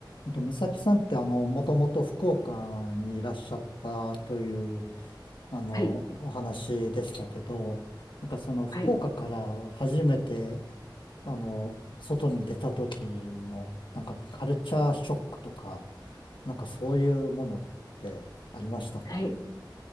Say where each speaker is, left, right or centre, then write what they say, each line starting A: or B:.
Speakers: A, on the left; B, on the left.
A: えっと、美咲さんって、あの、もともと福岡にいらっしゃったという、あの、
B: はい、
A: お話でしたけど、なんかその福岡から初めて、
B: はい、
A: あの、外に出た時の、なんかカルチャーショックとか、なんかそういうものってありましたか
B: はい、